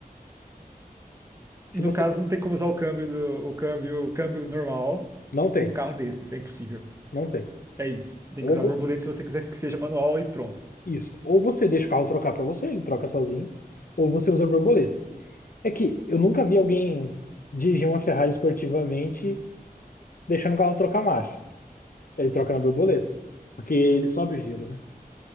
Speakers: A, on the left; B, on the right.
A: Se
B: No
A: você
B: caso, não tem como usar o câmbio, do- o câmbio, o câmbio normal
A: não tem.
B: com um carro desses. É impossível.
A: Não tem.
B: É isso. Você tem
A: Ou
B: que usar
A: vo-
B: borboleta se você quiser que seja manual e pronto.
A: isso. Ou você deixa o carro trocar pra você, ele troca sozinho, ou você usa a borboleta. É que eu nunca vi alguém dirigir uma Ferrari esportivamente deixando o carro trocar marcha. Ele troca na borboleta, porque ele sobe o giro, né?